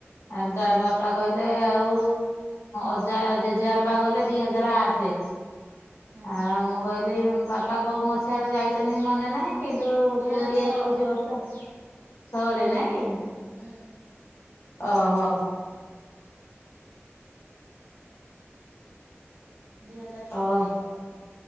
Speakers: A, on the left (about 80°); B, on the right (about 70°).
A: ଆଉ ତା ବାପା କହିଲେ ଆଉ ଅଜା ଜେଜେବାପା ଗଲେ ଦିଇ ହଜାର ଆଠ ରେ,
B: ହୁଁ
A: ଆଉ କହିଲି ବାପା କୋଉ ମସିହାରେ ଯାଇଚନ୍ତି ମନେ ନାହିଁ, କିନ୍ତୁ
B: ଦୁଇ
A: କୋଡିଏ
B: ହଜାର ଛଅ
A: ଏକୋଇଶି ବର୍ଷ ଛଅରେ ନାଇଁ?
B: ହୁଁ।
A: ଓହୋ।
B: ଦି ହଜାର
A: ଛଅ
B: ଛଅରେ।